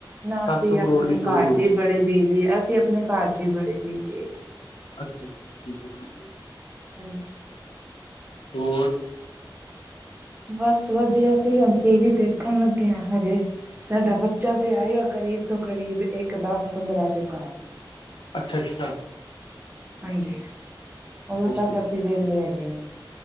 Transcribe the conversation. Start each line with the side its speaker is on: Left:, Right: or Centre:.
Right: ਨਾ ਅਸੀਂ
Left: ਸੱਤ ਸੌ ਕਰੋੜ
Right: ਆਪਣੇ
Left: ਦੀ ਚੋਰੀ
Right: ਘਰ
Left: ਹੋ
Right: ਚ
Left: ਗਈ
Right: ਹੀ ਬੜੇ ਬਿਜੀ ਅਸੀਂ ਆਪਣੇ ਘਰ ਚ ਹੀ ਬੜੇ ਬਿਜੀ ਹੈਗੇ
Left: ਅੱਛਾ-ਅੱਛਾ ਠੀਕ ਹੈ ਠੀਕ ਹੈ।
Right: ਹਾਂਜੀ
Left: ਹੋਰ?
Right: ਬਸ ਵਧੀਆ ਅਸੀਂ ਵੀ ਹੁਣ ਟੀ ਵੀ ਦੇਖਣ ਲੱਗੇ ਹਾਂ ਹਜੇ ਸਾਡਾ ਬੱਚਾ ਤੇ ਆਏਆ ਕਰੀਬ ਤੋਂ ਕਰੀਬ ਇੱਕ ਦਸ ਪੰਦਰਾਂ ਦੇ ਘਰ।
Left: ਅੱਛਾ-ਅੱਛਾ। <inaudible>
Right: ਹਾਂਜੀ ਉਦੋਂ
Left: ਓਕੇ
Right: ਤੱਕ ਅਸੀਂ ਵਿਹਲੇ ਹੈਗੇ ਹਾਂ।